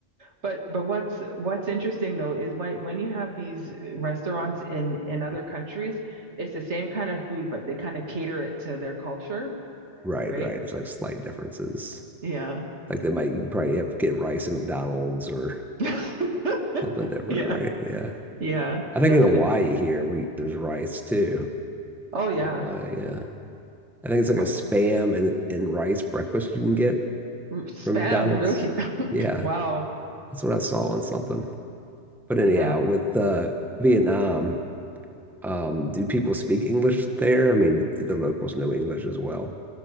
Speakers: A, on the right (about 75°); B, in the centre.
A: But but what's what's interesting though is when when you have these restaurants in in other countries, it's the same kind of food, but they kind of cater it to their culture,
B: Right,
A: right?
B: right. It's like slight differences.
A: Yeah.
B: Like they might you can probably have get rice at McDonald's or
A: <laughs>
B: something different,
A: Yeah.
B: right? Yeah.
A: Yeah,
B: I think
A: definitely.
B: in Hawaii here we there's rice too.
A: Oh yeah.
B: In Hawaii, yeah. I think it's like
A: Wow.
B: a spam and and rice breakfast you can get
A: R- Spam,
B: from McDonald's.
A: really.
B: Yeah.
A: <laughs> Wow.
B: That's what I saw on something. But anyhow,
A: Yeah.
B: with uh, Vietnam, um, do people speak English there? I mean, do the locals know English as well?